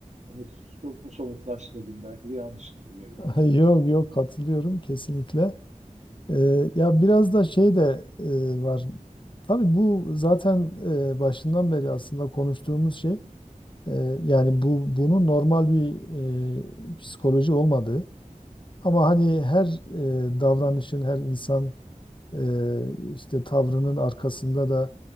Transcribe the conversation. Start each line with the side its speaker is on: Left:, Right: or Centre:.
Right: somut, çok mu somutlaştırdım? Belki de yanlıştır bilemiyorum.
Left: <laughs> yok yok katılıyorum kesinlikle. E, ya biraz da şey de e, var. Tabii bu zaten e, başından beri aslında konuştuğumuz şey. E, yani bu bunun normal bir e, psikoloji olmadığı. Ama hani her e, davranışın, her insan Ee, işte tavrının arkasında da